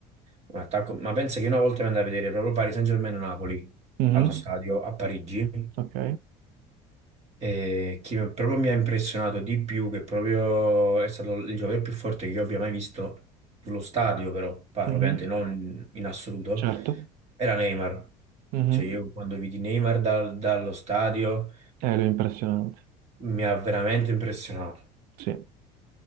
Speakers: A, on the right; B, on the right.
A: un attacco, ma pensa che una volta mi andai a vedere proprio Paris Saint-Germain-Napoli
B: Mhm.
A: allo stadio a Parigi
B: Ok.
A: E chi mi- proprio mi ha impressionato di più, che proprio è stato il giocatore più forte che io abbia mai visto sullo stadio, però parlo
B: Mhm.
A: ovviamente non in assoluto,
B: Certo.
A: era Neymar.
B: Mhm.
A: Cioè io quando vidi Neymar dal- dallo stadio
B: Eh, lui è impressionante.
A: mi ha veramente impressionato.
B: Sì,